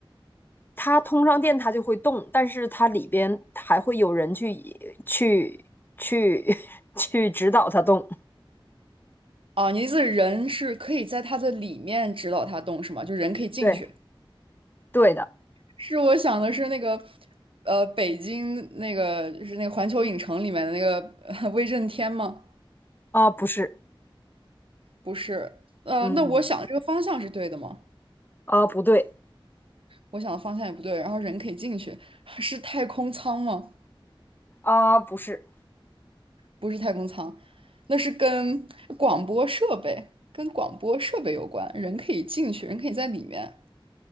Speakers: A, on the left (about 20°); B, on the right (about 70°).
A: 它通上电它就会动，但是它里边还会有人去去去 <laughs> 去指导它动。
B: 啊，你的意思是人是可以在它的里面指导它动是吗？就人可以进去？
A: 对，对的。
B: 是我想的是那个，呃，北京那个就是那个环球影城里面的那个 <laughs> 呃威震天吗？
A: 啊，不是，
B: 不是，呃，
A: 嗯，
B: 那我想这个方向是对的吗？
A: 啊，不对，
B: 我想的方向也不对，然后人可以进去，是太空舱吗？
A: 啊，不是，
B: 不是太空舱，那是跟广播设备，跟广播设备有关，人可以进去，人可以在里面。